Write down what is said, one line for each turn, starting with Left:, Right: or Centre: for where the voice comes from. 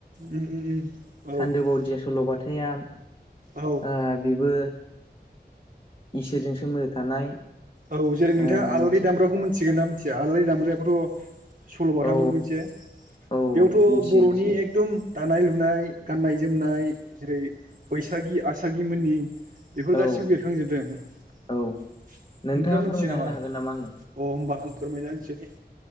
Right: उम उम उम औ
Left: सानदो बावदिया स जौगाथाया
Right: औ
Left: ओ बेबो इसोरजों सोमोन्दो थानाय
Right: औ जेरै
Left: ओ
Right: नोंथाङा आलारि
Left: मोनसे
Right: दामग्राखौ मिन्थिगोन ना मिथिया आलारि दामब्रायोथ'। सल'बाथामोन
Left: औ
Right: मोनसे
Left: औ
Right: बेयावथ'
Left: मिथियो
Right: बर'नि
Left: मिथियो
Right: एकदम दानाय लुनाय गाननाय जोमनाय। जेरै बैसागि आसागिमोननि बेफोर
Left: औ
Right: गासिबो बेरखांजोबदों। नोंथाङा
Left: औ नोंथाङा फोरमायना
Right: मिथियो नामा
Left: होनो हागोन
Right: अ
Left: आंनो
Right: होमबा आं फोरमायना होनसै दै।